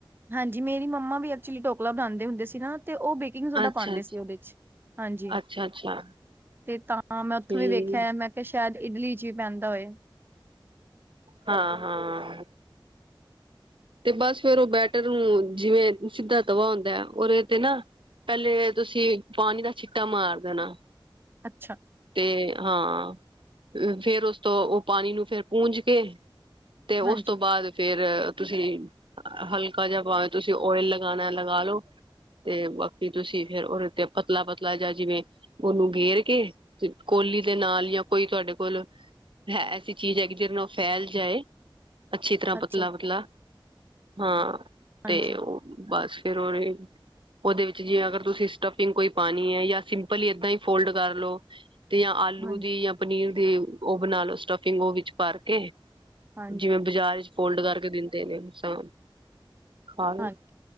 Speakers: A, on the right (about 25°); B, on the right (about 75°).
A: ਹਾਂਜੀ, ਮੇਰੀ ਮੰਮਾ ਵੀ ਐਕਚੁਲੀ ਡੋਕਲਾ ਬਣਾਂਦੇ ਹੁੰਦੇ ਸੀ ਨਾ, ਤੇ ਉਹ ਬੇਕਿੰਗ ਸੋਡਾ
B: ਅੱਛਾ
A: ਪਾਂਦੇ ਸੀ ਉਹਦੇ ਵਿੱਚ, ਹਾਂਜੀ।
B: ਅੱਛਾ-ਅੱਛਾ
A: ਤੇ ਤਾਂ ਮੈਂ ਉੱਥੋਂ
B: ਠੀਕ
A: ਵੀ ਵੇਖਿਆ, ਮੈਂ ਕਿਹਾ ਸ਼ਾਇਦ ਇਡਲੀ ਚ ਵੀ ਪੈਂਦਾ ਹੋਏ।
B: ਹਾਂ-ਹਾਂ। ਤੇ ਬਸ ਫਿਰ ਉਹ ਬੈਟਰ ਨੂੰ ਜਿਵੇਂ ਸਿੱਧਾ ਤਵਾ ਹੁੰਦਾ ਐ, ਓਹਦੇ ਤੇ ਨਾ ਪਹਿਲੇ ਤੁਸੀਂ ਪਾਣੀ ਦਾ ਛਿੱਟਾ ਮਾਰ ਦੇਣਾ।
A: ਅੱਛਾ।
B: ਤੇ ਹਾਂ, ਫੇਰ ਉਸ ਤੋਂ ਉਹ ਪਾਣੀ ਨੂੰ ਫੇਰ ਪੂੰਜ ਕੇ ਤੇ
A: ਹਾਂਜੀ
B: ਉਸ ਤੋਂ ਬਾਅਦ ਫਿਰ ਤੁਸੀਂ ਹਲਕਾ ਜਾ ਭਾਵੇਂ ਤੁਸੀਂ ਓਇਲ ਲਗਾਣਾ ਲਗਾ ਲੋ। ਤੇ ਬਾਕੀ ਤੁਸੀਂ ਫਿਰ ਉਹਦੇ ਤੇ ਪਤਲਾ-ਪਤਲਾ ਜਾਂ ਜਿਵੇਂ ਉਹਨੂੰ ਗੇਰ ਕੇ, ਕੋਲੀ ਦੇ ਨਾਲ ਜਾਂ ਕੋਈ ਤੁਹਾਡੇ ਕੋਲ ਹੈ ਐਸੀ ਚੀਜ਼ ਹੈਗੀ ਜਿਹਦੇ ਨਾਲ ਉਹ ਫੈਲ ਜਾਏ, ਅੱਛੀ ਤਰ੍ਹਾਂ ਪਤਲਾ-ਪਤਲਾ।
A: ਅੱਛਾ
B: ਹਾਂ,
A: ਹਾਂਜੀ
B: ਤੇ ਉਹ ਬਸ ਫਿਰ ਉਹਰੇ ਉਹਦੇ ਵਿੱਚ ਜੇ ਅਗਰ ਤੁਸੀਂ ਸਟਫਿੰਗ ਕੋਈ ਪਾਨੀ ਐ, ਜਾਂ ਸਿੰਪਲੀ ਏਦਾਂ ਹੀ ਫੋਲਡ ਕਰ ਲੋ। ਤੇ ਜਾਂ ਆਲੂ
A: ਹਾਂਜੀ
B: ਦੀ, ਜਾਂ ਪਨੀਰ ਦੀ ਉਹ ਬਣਾ ਲੋ ਸਟਫਿੰਗ, ਉਹ ਵਿੱਚ ਭਰ ਕੇ।
A: ਹਾਂਜੀ
B: ਜਿਵੇਂ ਬਾਜ਼ਾਰ ਵਿੱਚ ਫੋਲਡ ਕਰਕੇ ਦਿੰਦੇ ਨੇ ਸਾਨੂੰ। ਖਾ ਲੋ,
A: ਹਾਂਜੀ